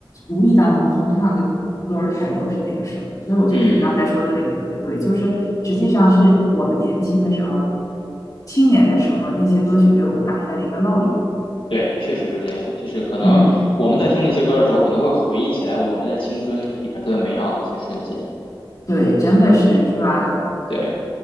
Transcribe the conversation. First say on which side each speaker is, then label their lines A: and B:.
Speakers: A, on the left (about 45°); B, on the left (about 85°).
A: 无意当中哼唱的歌儿还都是那个时候，所以我觉得你刚才说的那个特别对，
B: 嗯。
A: 就是实际上是我们年轻的时候、青年的时候那些歌曲给我们打下了一个烙印。
B: 对，确实是这样。就是可能我们在听那些歌的时候，
A: 嗯，
B: 可能会回忆起来我们的青春里面特别美好的一些瞬间。
A: 对，真的是是吧？
B: 对，